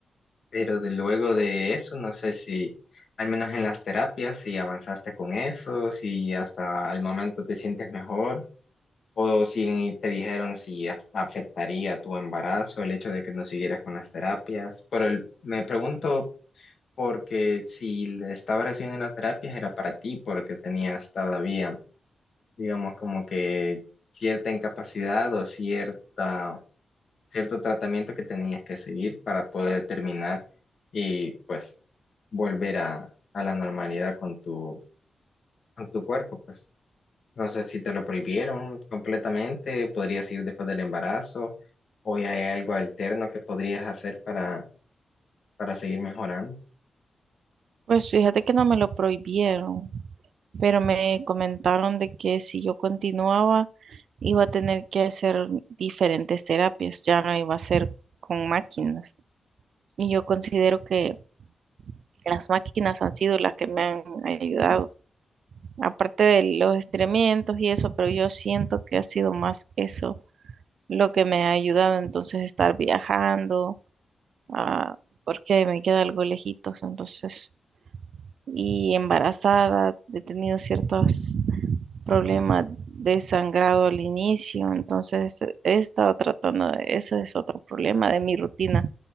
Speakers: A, on the left; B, on the right.
A: Pero de luego de eso, no sé si, al menos en las terapias, si avanzaste con eso, si hasta el momento te sientes mejor, o si te dijeron si af- afectaría tu embarazo el hecho de que no siguieras con las terapias. Pero el- me pregunto porque si le estabas recibiendo las terapias era para ti, porque tenías todavía, digamos, como que cierta incapacidad o cierta cierto tratamiento que tenías que seguir para poder terminar y pues volver a, a la normalidad con tu, con tu cuerpo, pues. No sé si te lo prohibieron completamente, podrías ir después del embarazo o ya hay algo alterno que podrías hacer para, para seguir mejorando.
B: Pues fíjate que no me lo prohibieron, pero me comentaron de que si yo continuaba iba a tener que hacer diferentes terapias, ya no iba a ser con máquinas. Y yo considero que Las máquinas han sido las que me han ayudado, aparte de los estremientos y eso, pero yo siento que ha sido más eso lo que me ha ayudado, entonces estar viajando, ah, porque me queda algo lejitos, entonces, y embarazada, he tenido ciertos problemas de sangrado al inicio, entonces he estado tratando de eso, es otro problema de mi rutina,